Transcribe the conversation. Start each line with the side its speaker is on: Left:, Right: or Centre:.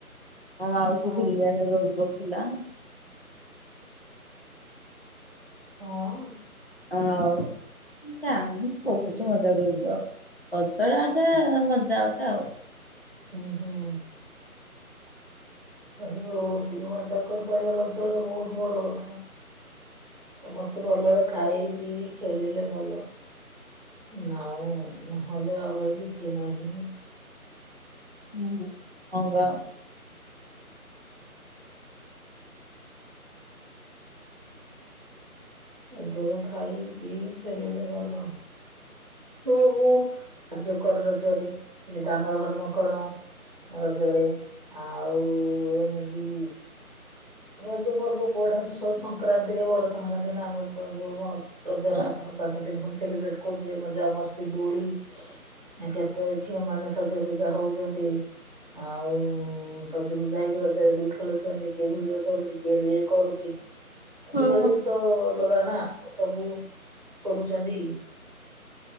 Left: ମୋ ମାଉସୀ
Right: ହଁ
Left: ଭିଲିଆନ୍
Right: ବା
Left: ରୋଲ କରୁଥୁଲା।
Right: ହଁ?
Left: ଆଉ ମୁଁ ଜାଣୁନି ବହୁତ ମଜା କରିର। ରଜଟା ଏଠେ ମଜା ଓଟେ ଆଉ।
Right: ହୁଁ ହୁଁ। ରହି ଅଉ ଏତିିକି ମଜା କରିପାଇଲା ରଜରେ ବହୁତ ବଡ଼ କଥା। ମସ୍ତେ ଭଲରେ ଖାଇ ପିଇ ଖେଳିଲେ ଭଲ। ଉଁ ଆଉ ନହଲେ ଆଉ ଭାଇ କିଛି ନାହିଁ।
Left: ହୁଁ ହଁ ବା।
Right: ଏ ଯୋଉ ଖାଇ ପିଇ ଖେଳିଲେ ଭଲ। ଓହୋ ସାଯ୍ୟ କର ରଜରେ ଯେ ଦାନ ଧର୍ମ କର। ରଜରେ ଆଉ ଏମିତି ରଜ ପର୍ବ ପଢ଼ାଉଛି ସବୁ ସଂକ୍ରାନ୍ତିରେ ବଡ଼ ସଂକ୍ରାନ୍ତି ନାଁ ଆମର ତ ଯୋଉ ବ ରଜଟା
Left: ହଁ।
Right: ଆପଣ ପାଞ୍ଚ ଦିନି ଖଣ୍ଡ ସେଲିବ୍ରେଟ କରୁଚେ ମଜା ମସ୍ତି ଦୋଳି। ଆ କେତେ ଝିଅମାନେ ସଜେସଜା ହଉଚନ୍ତି। ଆଉ ସଜକୁ ଯାଇକି ରଜରେ ଦୋଳି ଖେଳୁଛନ୍ତି କେଉଭଳି ବା କରୁଚି କିଏ ଲିଏ କରୁଚି ଆଜିକାଲି
Left: ହଁ।
Right: ତ ଅଲଗା ନାଁ ତ ସବୁ କରୁଚନ୍ତି।